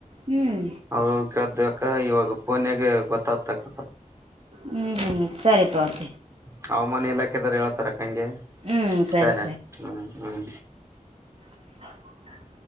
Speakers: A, on the right; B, on the right.
A: ಹ್ಮ್
B: ಅವರು ಕೇಳತ ಹ ಇವಾಗ ಫೋನ್ನ್ಯಾಗ ಗೊತ್ತತ್ ಎಕ್ಕ
A: ಹ್ಮ್ ಹ್ಮ್ ಸರಿ ತತ
B: ಹವಾಮಾನ ಇಲಾಖೆರು ಹ ಹೇಳಳ್ತಾರ ಗೆ <unintelligible>
A: ಹ್ಮ್ ಸರಿ
B: ಸರ ಹ್ಮ್ ಹ್ಮ್
A: ಹ <unintelligible>